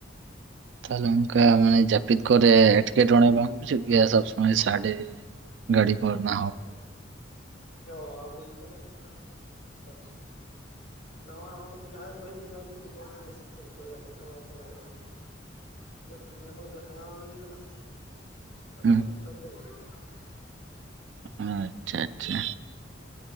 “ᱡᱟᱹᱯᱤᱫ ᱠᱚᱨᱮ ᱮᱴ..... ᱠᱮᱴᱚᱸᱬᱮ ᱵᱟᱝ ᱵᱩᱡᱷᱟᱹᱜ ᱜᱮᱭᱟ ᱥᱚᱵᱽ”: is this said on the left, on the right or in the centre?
Right